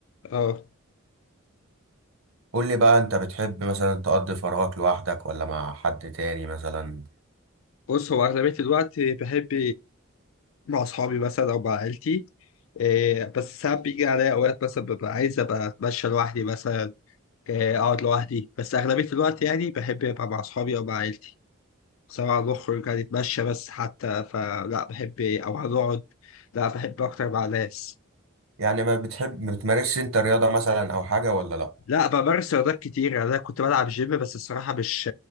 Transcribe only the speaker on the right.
قول لي بقى انت بتحب مثلا تقضي فراغك لوحدك ولا مع حد تاني مثلا
يعني ما بتحب ما بتمارسش انت رياضه مثلا او حاجه ولا لا